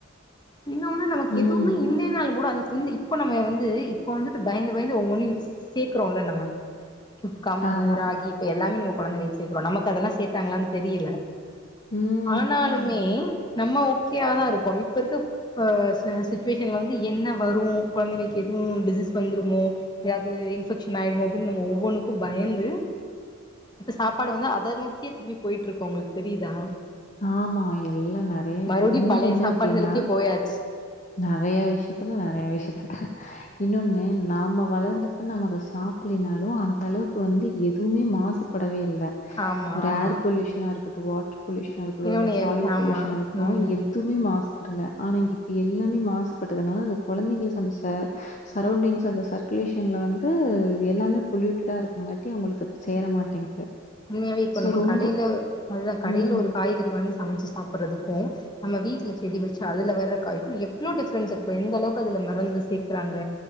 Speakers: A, on the left; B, on the left.
A: இன்னொன்னு நமக்கு
B: ம்.
A: எதுவுமே இல்லன்னாலூ கூட இப்ப நம்ம வந்து இப்ப வந்துட்டு பயந்து பயந்து ஒவ் ஒன்னு சேக்குறோம்ல்ல நம்ம இப்ப கம்பு
B: ஆமா.
A: ராகி இப்ப எல்லாமே நம்ம கொழந்தைகளுக்கூ சேக்குறோ நமக்கு அதெல்லா சேர்த்தாங்களான்னு தெரியல
B: ம்
A: ஆனாலுமே நம்ம ஓகோயா தா இருக்கோ இப்ப இருக்க இப்ப ச சுச்சுவேஷன் வந்து என்ன வரூ கொழந்தைகளுக்கு எதுவூ டிசீஸ் வந்துரும்மோ ஏதாவது இன்ஃபெக்ஷன் ஆயிர்மோ அப்டின்னு நம்ம ஒவ்வொன்க்கூ பயந்து இப்பெ சாப்பாடு வந்து அத நோக்கியே திருப்பி போயிட்டுருக்கோ உங்களுக்கு தெரியுதா
B: ஆமா எல்லா நெறய இதுல
A: மறுபடி
B: இன்னொன்னு
A: பழைய
B: என்ன
A: சாப்பாடுகளுக்கே
B: அப்டின்னா
A: போயாச்சு
B: நறய விஷயத்துல நறய விஷயத்துல இன்னொன்னு நாம வளந்தப்ப நாம அத சாப்பில்லைனாலூ அந்த அளவுக்கு வந்து எதுவுமே மாசு படவே இல்ல
A: ஆமா
B: ஒரு
A: ஆமா
B: ஏர் பொல்யூஷனா இருக்கட்டூ வாட்டர் பொல்யூஷ் அதுக்குள்ள
A: இன்னொன்னு
B: சாயில்
A: எல் ஆமா
B: பொல்யூஷன்னா இருக்கூ
A: ம்
B: எதுக்குமே மாசு ப்படல ஆனா இப்ப எல்லாமே மாசுபட்டதுனால அது கொழந்தைங்களுக்கு அந்த ச சரோண்டிங்ஸ் அந்த சர்க்குலேஷன்ல வந்து எல்லாமே பொல்யூட்டடா இருக்குங்காட்டி அவங்களுக்கு சேர மாட்டேங்குது
A: உண்மையாவே இப்ப
B: ஸோ
A: நம்ம
B: ரொம்ப
A: கடையில அதுதா கடையில
B: ம்.
A: ஒரு காய்கறி வாங்கி சமைச்சு சாப்றதுக்கூ நம்ம வீட்ல செடி வெச்சு அதுல வர்ற காய்க்கூ எப் இவ்ளோ டிஃப்ரன்ஸ் இருக்கு எந்த அளவுக்கு மருந்து சேக்குறாங்க